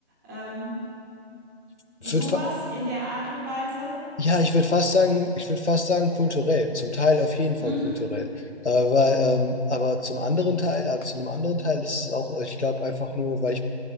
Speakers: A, on the right; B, on the left.
A: ähm,
B: ich
A: sowas
B: würd fa
A: in der Art und Weise.
B: ja, ich würde fast sagen, ich würde fast sagen kulturell. Zum Teil auf jeden Fall
A: Mhm.
B: kulturell. Aber, weil, ähm, aber zum anderen Teil, äh, zu einem anderen Teil ist es auch, äh, ich glaube, einfach nur, weil ich,